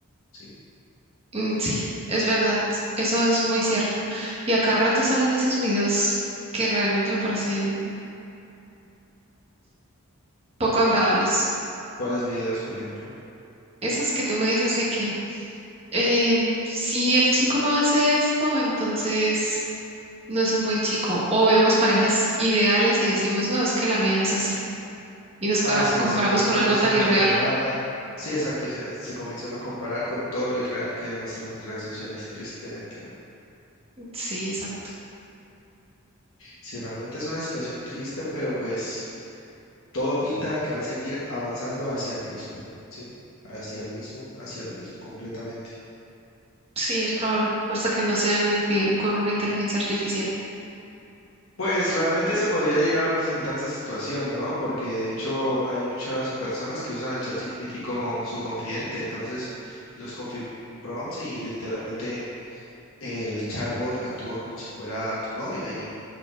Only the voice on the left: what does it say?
¿sí?
¿Cuáles videos, por ejemplo?
Ah,
sí,
exacto.
Y se
empiezan
a
comparar. Sí, exacto. Y se, se comienza uno a comparar con todo lo irreal que demuestran las redes sociales, tristemente, ¿no?
Sí, realmente es una situación triste, pero pues todo pinta a que va a seguir avanzando hacia lo mismo, ¿sí? Hacia lo mismo, hacia lo mismo, completamente.
Pues realmente se podría llegar a presentar esa situación, ¿no? Porque de hecho hay muchas personas que usan a ChatGPT como su confidente, entonces los configuran prompts y literalmente el chatbot actúa como si fuera tu novia y